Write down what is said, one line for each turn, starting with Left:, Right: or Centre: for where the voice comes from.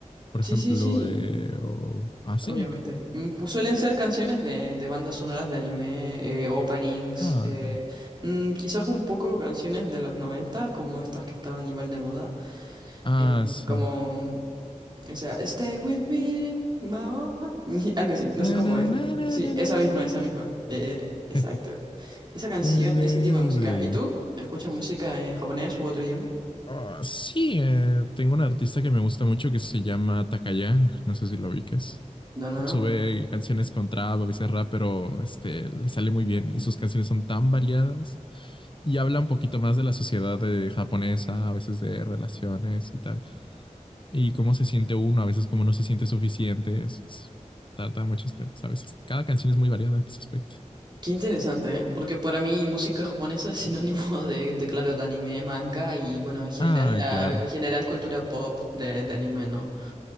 Left: Por
Right: Sí,
Left: ejemplo,
Right: sí, sí.
Left: eh, o... Ah, sí.
Right: Obviamente. Mm, Pues suelen ser canciones de, de bandas sonoras de anime, eh, openings,
Left: Ah,
Right: eh,
Left: ok.
Right: mm, quizás un poco canciones de los 90 como estas que estaban igual de moda,
Left: Ah,
Right: eh,
Left: sí.
Right: como esa Stay with me, Maoa, <laughs> algo así, no
Left: Na,
Right: sé cómo
Left: na,
Right: es.
Left: na, na,
Right: Sí,
Left: na,
Right: esa
Left: na,
Right: misma,
Left: ni.
Right: esa misma. eh, exacto.
Left: <laughs>
Right: Esa canción,
Left: Eh, eh,
Right: ese tipo de música.
Left: sí,
Right: ¿Y tú? ¿Escuchas música en japonés u otro idioma?
Left: Ah, sí, eh, tengo un artista que me gusta mucho que se llama Takayan. No sé si lo ubiques.
Right: No, no, no.
Left: Sube canciones con trap, a veces rap, pero este, le sale muy bien. Y sus canciones son tan variadas y habla un poquito más de la sociedad eh, japonesa, a veces de relaciones y tal. Y cómo se siente uno, a veces cómo no se siente suficiente. es- es- trata muchos temas, a veces. Cada canción es muy variada en ese aspecto.
Right: Qué interesante, ¿eh? Porque para mí música japonesa es <laughs> sinónimo de, de, claro, de anime, manga y, bueno, en general,
Left: Ah, claro.
Right: la, en general cultura pop de, de anime, ¿no?